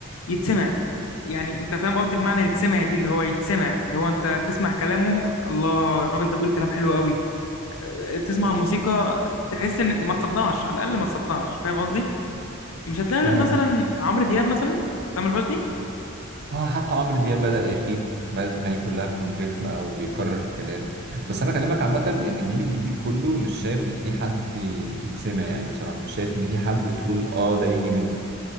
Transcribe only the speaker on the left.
يتسمع يعني انت فاهم قصدي بمعنى يتسمع دي اللي هو يتسمع اللي هو انت تسمع كلامه الله الراجل ده بيقول كلام حلو قوي أه، تسمع الموسيقى تحس ان ما تصدعش على الاقل ما تصدعش فاهم قصدي مش هتلاقي غير
مثلا عمرو دياب مثلا تامر حسني